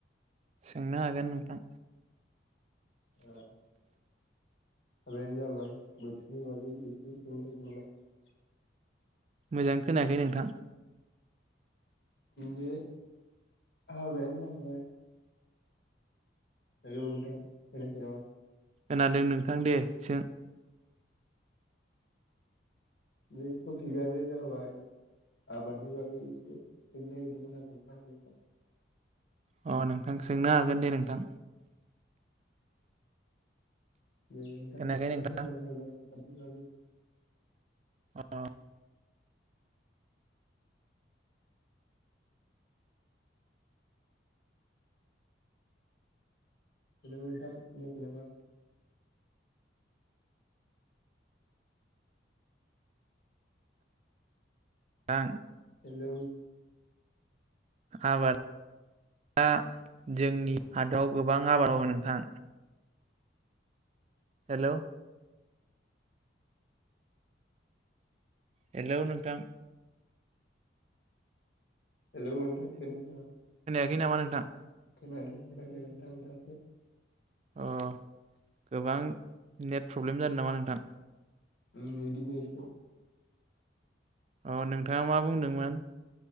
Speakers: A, on the right; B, on the left.
A: सोंनो हागोन नोंथां
B: बे हाबायानो जाबाय बोथोरनि बागै एसे सोंनो नागिरदोंमोन आं नोंथां
A: मोजां खोनायाखै नोंथां
B: बे हाबायानो जाबाय हेलौ नोंथां खोनायाखै नामा
A: खोनादों नोंथां दे सों
B: बे थफिगानो जाबाय हाबानि बागै एसे सोंनो नागिरदोंमोन आं नोंथां नोंनाव
A: अ नोंथां सोंनो हागोन दे नोंथां
B: दे नोंथां
A: खोनायाखै
B: एसे
A: नोंथां
B: फोरमायना होलाय हाबानि बागै
A: अ
B: हेलौ नोंथां खोनायाखै नामा
A: दा
B: हेलौ
A: आबार दा जोंनि हादाव गोबां आबाद मावो नोंथां हेलौ हेलौ नोंथां
B: हेल' नोंथां खोनायाखै नामा
A: खै नामा नोंथां
B: खोनादों खोनादों नोंथां नोंथां
A: अ गोबां नेट प्रब्लेम जादों नामा नोंथां
B: उम बिदिनोएसे
A: अ नोंथाङा मा बुंदोंमोन